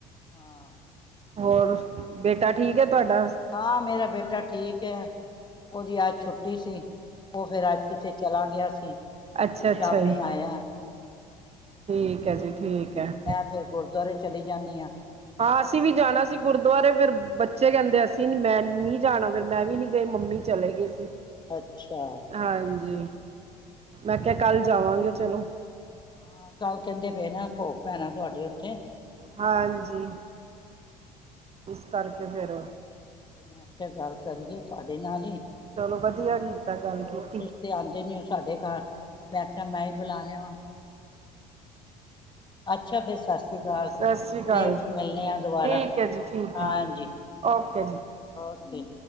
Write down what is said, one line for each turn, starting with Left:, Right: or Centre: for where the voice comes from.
Left: ਹਾਂ
Right: ਹੋਰ, ਬੇਟਾ ਠੀਕ ਏ ਤੁਆਡਾ?
Left: ਹਾਂ, ਮੇਰਾ ਬੇਟਾ ਠੀਕ ਏ। ਓਦੀ ਅੱਜ ਛੁੱਟੀ ਸੀ, ਓ ਫੇਰ ਅੱਜ ਕਿਤੇ ਚਲਾ ਗਿਆ ਸੀ।
Right: ਅੱਛਾ-ਅੱਛਾ
Left: ਸ਼ਾਮੀ
Right: ਜੀ।
Left: ਆਇਆ
Right: ਠੀਕ ਐ ਜੀ ਠੀਕ। ਹੈ
Left: ਮੈਂ ਫੇਰ ਗੁਰਦੁਆਰੇ ਚਲੀ ਜਾਨੀ ਆਂ।
Right: ਹਾਂ ਅਸੀਂ ਵੀ ਜਾਣਾ ਸੀ ਗੁਰਦੁਆਰੇ ਫਿਰ ਬੱਚੇ ਕੈਂਦੇ ਅਸੀਂ ਨੀਂ ਮੈਂ ਨੀ ਜਾਣਾ ਫਿਰ ਮੈਂ ਵੀ ਨੀ ਗਈ, ਮੰਮੀ ਚਲੇ ਗਏ ਸੀ।
Left: ਅੱਛਾ।
Right: ਹਾਂਜੀ, ਮੈਂ ਕਿਆ ਕੱਲ੍ਹ ਜਾਵਾਂਗੇ ਚਲੋ।
Left: ਹਾਂ ਕੱਲ ਕੇੰਦੇ ਪਏ ਨੇ ਭੋਗ ਪੈਨਾ ਤੁਹਾਡੇ ਉੱਥੇ।
Right: ਹਾਂਜੀ। ਇਸ ਕਰਕੇ ਫੇਰ
Left: ਤੇ ਮੈਂ ਕਿਆ ਗੱਲ ਕਰੀਏ ਤੁਹਾਡੇ ਨਾਲ ਹੀ
Right: ਚਲੋ ਵਧੀਆ ਕੀਤਾ ਗੱਲ
Left: ਹੋਰ
Right: ਕੀਤੀ।
Left: ਤੁਸੀਂ ਤੇ ਆਬਦੇ ਨੀ ਉ ਸਾਡੇ ਘਰ ਮੈਂ ਕਿਆ ਮੈਂ ਹੀ ਬੁਲਾ ਲਿਆਵਾਂ। ਅੱਛਾ ਫੇਰ ਸਤਿ ਸ੍ਰੀ ਅਕਾਲ
Right: ਸਸ ਸ੍ਰੀ ਕਾਲ
Left: ਫੇਰ
Right: ਜੀ,
Left: ਮਿਲਣੇ ਆ ਦੁਬਾਰਾ
Right: ਠੀਕ ਏ ਜੀ ਠੀਕ
Left: ਹਾਂਜੀ
Right: ਏ। ਓਕੇ ਜੀ।
Left: ਓਕੇ।